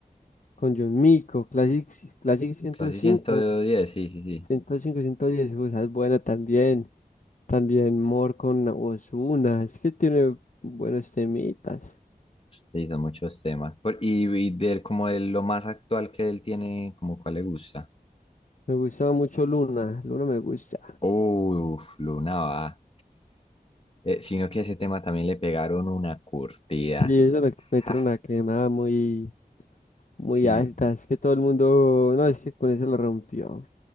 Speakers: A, on the left; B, on the left.
A: con John Mico, Classic, Classic 105,
B: Clase 110, sí, sí, sí.
A: 105, 110, o sea, es buena también. También Mor con Ozuna, es que tiene buenos temitas.
B: Sí, son muchos temas. Por- y, y de él, como de lo más actual que él tiene, como cuál le gusta.
A: Me gustaba mucho Luna, Luna me gusta.
B: Uf, Luna va. Eh, sino que a ese tema también le pegaron una curtida.
A: Sí, ellos le metieron
B: Ja,
A: una quemada muy, muy
B: sí,
A: alta, es que todo el mundo, no, es que con eso lo rompió.